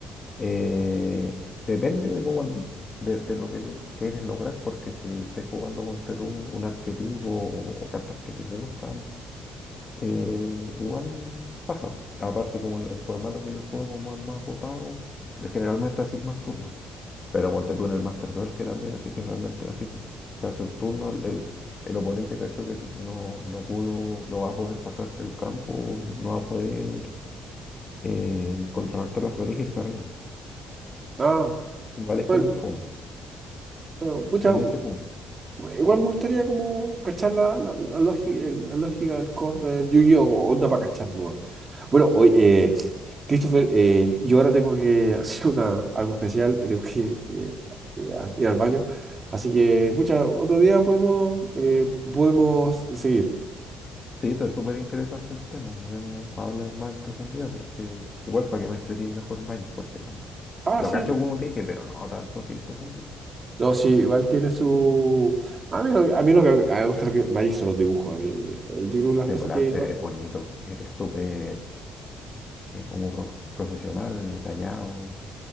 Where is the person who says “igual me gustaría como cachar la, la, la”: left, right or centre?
Right